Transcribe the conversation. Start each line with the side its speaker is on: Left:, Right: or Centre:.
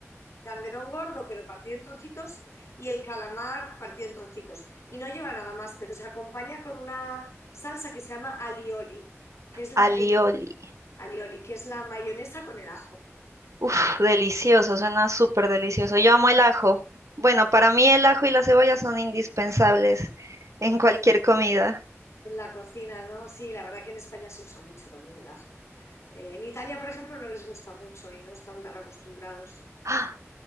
Left: gamberón gordo, pero partido en trocitos, y el calamar partido en trocitos. Y no lleva nada más, pero se acompaña con una salsa que se llama alioli, que es la,
Right: alioli.
Left: Alioli, que es la mayonesa con el ajo.
Right: Uf, delicioso, suena súper delicioso. Yo amo el ajo. Bueno, para mí el ajo y la cebolla son indispensables en cualquier
Left: Sí,
Right: comida.
Left: En la cocina, ¿no? Sí, la verdad que en España se usa mucho también el ajo. Eh, en Italia, por ejemplo, no les gusta mucho y no están tan acostumbrados.
Right: ¡Ah!